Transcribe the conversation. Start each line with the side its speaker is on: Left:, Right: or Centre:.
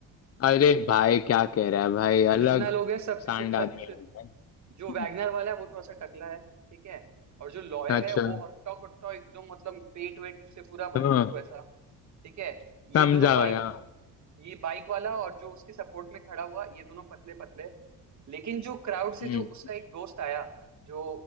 Left: अरे भाई क्या कह रहा है भाई अलग
Right: जितना लोग है सब कुछ
Left: सांड आदमी
Right: सब कुछ-
Left: लोग हैं हम्म,
Right: जो वैगनर वाला है वो थोड़ा सा टकला है ठीक है और जो लॉयर
Left: अच्छा
Right: है वो हट्टा कट्टा एकदम मतलब पेट वेट से पूरा भरपूर
Left: हाँ
Right: वैसा ठीक है
Left: समझा
Right: ये दोनों बाइक
Left: भाई हाँ
Right: ये बाइक वाला और जो उसके सपोर्ट में खड़ा हुआ ये दोनों पतले पतले लेकिन जो क्राउड से
Left: हम्म
Right: जो उसका एक दोस्त आया जो